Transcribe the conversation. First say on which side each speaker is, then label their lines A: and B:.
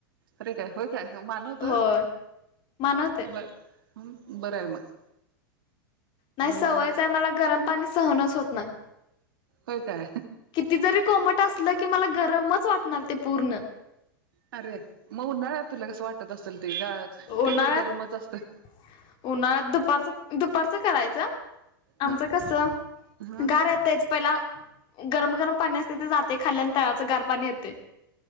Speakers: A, on the right; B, on the left.
A: अरे काय होय काय मानवत
B: होय मानवते
A: बर बरं आहे मग
B: नाही सवयचं
A: मग
B: आहे मला गरम पाणी सहनच होत नाही.
A: हो काय
B: किती जरी कोमट असलं की मला गरमच वाटणार ते पूर्ण
A: अरे मग उन्हाळ्यात तुला कसं वाटत असेल ते
B: उन्हाळ्यात
A: ते तर गरमच असतं
B: उन्हाळ्यात दुपारचं दुपारचं करायचं
A: ह
B: आमचं कस
A: हा
B: गार येतच पहिला गरम गरम पाण्या अस तथ जात ते खाल्ल्यान तळाचं गार पाणी येते